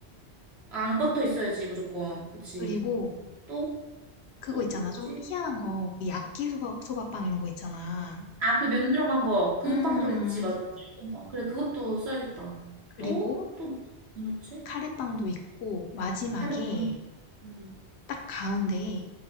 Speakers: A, on the right (about 70°); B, on the left (about 75°).
A: 아, 앙버터 있어야지, 무조건. 그치.
B: 그리고
A: 또,
B: 그거
A: 또 뭐
B: 있잖아.
A: 있지?
B: 좀 희한한 거. 그 야끼소바 소바 빵 이런 거 있잖아.
A: 아, 그 면 들어간 거. 그
B: 음.
A: 빵도 있지. 맞아, 맞아. 일본 빵. 그래, 그것도 써야겠다.
B: 그리고
A: 또, 또, 뭐 넣지?
B: 카레빵도 있고 마지막에
A: 카레빵. 음.
B: 딱 가운데에